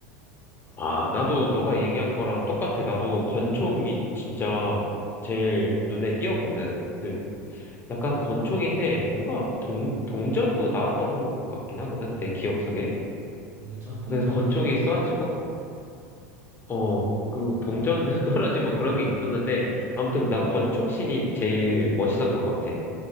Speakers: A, on the left; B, on the right.
A: 아, 나도 너가 얘기한 거랑 똑같아. 나도 권총이 진짜 제일 눈에 띄었거든. 그 약간 권총인데 뭔가 동, 동전도 나왔던 것 같긴 하거든. 내 기억 속에.
B: 동전? 동전은
A: 그 권총이
B: 그,
A: 쏴지고,
B: 어,
A: 어, 그
B: 음.
A: 동전도 <laughs> 떨어지고 뭐 그런 게 있었는데 아무튼 난 권총신이 제일 멋있었던 것 같아.